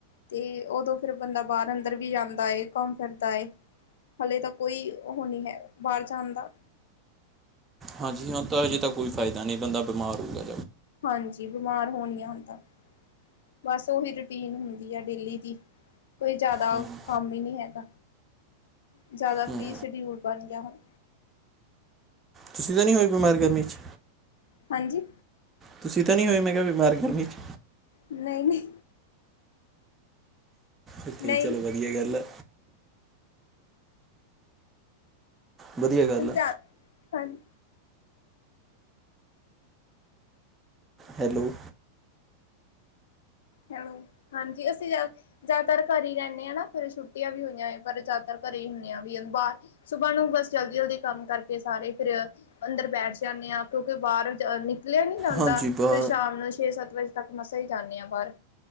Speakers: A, on the left; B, on the right.
A: ਤੇ ਉਦੋਂ ਫਿਰ ਬੰਦਾ ਬਾਹਰ ਅੰਦਰ ਵੀ ਜਾਂਦਾ ਏ ਘੁੰਮ ਫਿਰਦਾ ਏ ਹਾਲੇ ਤਾਂ ਕੋਈ ਉਹ ਨਹੀਂ ਹੈ, ਬਾਹਰ ਜਾਣ ਦਾ।
B: ਹਾਂਜੀ ਹਾਂ, ਤਾਂ ਅਜੇ ਤਾਂ ਕੋਈ ਫਾਇਦਾ ਨਹੀਂ ਬੰਦਾ ਬਿਮਾਰ ਹੋਊਗਾ
A: ਹਾਂਜੀ, ਬਿਮਾਰ ਹੋਨੀਆ ਹੁਣ ਤਾਂ ਬਸ ਉਹੀ ਰੂਟੀਨ ਹੁੰਦੀ ਹੈ, ਡੇਲੀ ਦੀ ਕੋਈ ਜ਼ਿਆਦਾ
B: ਹੂੰ
A: ਕੰਮ ਹੀ ਨਹੀਂ ਹੈਗਾ, ਜ਼ਿਆਦਾ
B: ਹੂੰ
A: ਫੀ ਸ਼ਡਿਊਲ ਬਣ ਗਿਆ, ਹੁਣ
B: ਤੁਸੀਂ ਤਾਂ ਨਹੀਂ ਹੋਏ ਬਿਮਾਰ ਗਰਮੀ ਚ?
A: ਹਾਂਜੀ,
B: ਤੁਸੀਂ ਤਾਂ ਨੀ ਹੋਏ ਮੈਂ ਕਿਹਾ ਬਿਮਾਰ ਗਰਮੀ ਚ?
A: ਨਹੀਂ-ਨਹੀਂ,
B: ਇਕ ਚੀਜ਼
A: ਨਹੀਂ
B: ਚ ਚਲੋ ਵਧੀਆ ਗੱਲ ਐ। ਵਧੀਆ ਗੱਲ
A: ਪੰਜਾਬ
B: ਆ
A: ਹਾਂਜੀ,
B: ਹੈਲੋ,
A: ਹੈਲੋ ਹਾਂਜੀ, ਅਸੀਂ ਜਾਓ ਜ਼ਿਆਦਾਤਰ ਘਰ ਹੀ ਰਹਿੰਦੇ ਹਾਂ ਨਾ ਫਿਰ ਛੁੱਟ ਵੀ ਹੋਈਆਂ ਪਰ ਜ਼ਿਆਦਾਤਰ ਘਰੇ ਹੀ ਹੁੰਦੇ ਆ ਵੀ ਬਾਹਰ ਸੁਬਾ ਨੂੰ ਬਸ ਜਲਦੀ -ਜਲਦੀ ਕੰਮ ਕਰਕੇ ਸਾਰੇ ਫਿਰ ਅੰਦਰ ਬੈਠ ਜਾਂਦੇ ਹਾਂ ਕਿਉਂਕਿ ਬਾਹਰ ਨਿਕਲਿਆ ਨੀ ਜਾਂਦਾ
B: ਹਾਂਜੀ ਬਾ
A: ਫਿਰ ਸ਼ਾਮ ਨੂੰ ਛੇ ਸੱਤ ਵਜੇ ਤੱਕ ਮਸਾਂ ਹੀ ਜਾਂਦੇ ਹਾਂ ਬਾਹਰ